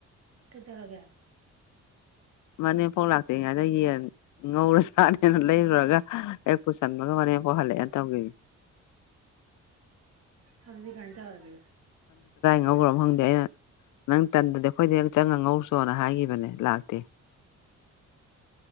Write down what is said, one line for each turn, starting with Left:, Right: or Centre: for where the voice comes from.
Right: ꯀꯗꯧꯔꯒꯦ
Left: ꯃꯅꯦꯝꯄꯣꯛ ꯂꯥꯛꯇ꯭ꯔꯤꯉꯥꯏꯗ ꯌꯦꯟ ꯉꯧꯔ ꯆꯥꯅꯦꯅ ꯂꯩꯔꯨꯔꯒ ꯍꯦꯛ ꯄꯨꯁꯟꯕꯒ ꯍꯣꯔꯦ ꯅꯦꯝꯄꯣꯛ ꯍꯜꯂꯛꯑꯦꯅ ꯇꯧꯈꯤꯝꯅꯤ
Right: ꯑꯗꯨꯗꯤ ꯀꯃꯥꯏ ꯇꯧꯔꯒꯦ
Left: ꯉꯧꯈ꯭ꯔꯕ ꯈꯪꯗꯦ ꯑꯩꯅ ꯅꯪ ꯇꯟꯗꯗꯤ ꯑꯩꯈꯣꯏꯗ ꯍꯦꯛ ꯆꯪꯉ ꯉꯧꯔꯨꯆꯣꯅ ꯍꯥꯏꯈꯤꯕꯅꯦ ꯂꯥꯛꯇꯦ